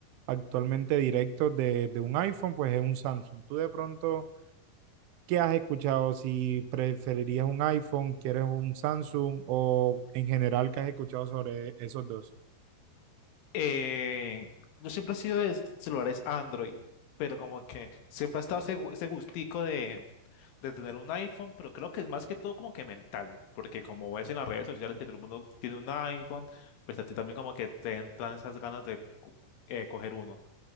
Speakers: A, on the right; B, on the left.
A: actualmente directos de, de un iPhone, pues es un Samsung. Tú de pronto... ¿Qué has escuchado? Si preferirías un iPhone, quieres un Samsung o en general, ¿qué has escuchado sobre esos dos?
B: Eh, yo siempre he sido de celulares Android, pero como que siempre ha estado ese, gu- ese gustico de, de tener un iPhone, pero creo que es más que todo como que mental, porque como ves en las redes sociales que todo el mundo tiene un iPhone, pues a ti también como que te entran esas ganas de co- eh, coger uno.